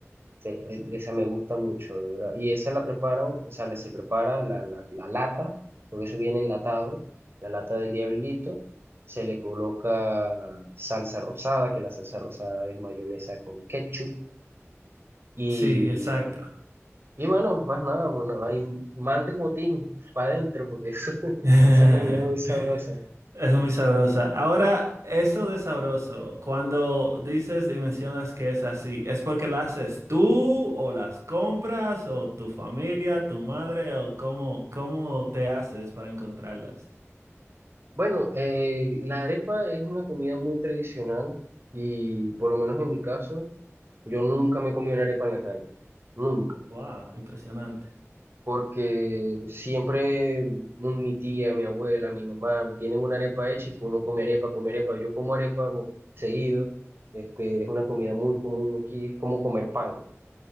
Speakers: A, on the right; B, on the right.
A: Sí, e- esa me gusta mucho, de verdad. Y esa la preparan, o sea, la- se prepara la, la, la lata, porque eso viene enlatado, la lata del diablito. Se le coloca salsa rosada, que la salsa rosada es mayonesa con ketchup. Y,
B: Sí, exacto.
A: y bueno, más nada, bueno, ahí mande botín para adentro, porque eso, <laughs>
B: <laughs>
A: esa comida es muy sabrosa.
B: Es muy sabrosa. Ahora, eso de sabroso, cuando dices y mencionas que es así, ¿es porque la haces tú o las compras o tu familia, tu madre o cómo, cómo te haces para encontrarlas?
A: Bueno, eh, la arepa es una comida muy tradicional y por lo menos en mi caso, yo nunca me he comido una arepa en la calle, nunca,
B: Wow, impresionante.
A: porque siempre mm, mi tía, mi abuela, mi mamá tienen una arepa hecha y uno come arepa, come arepa, yo como arepa bo, seguido, es que es una comida muy común aquí, es como comer pan,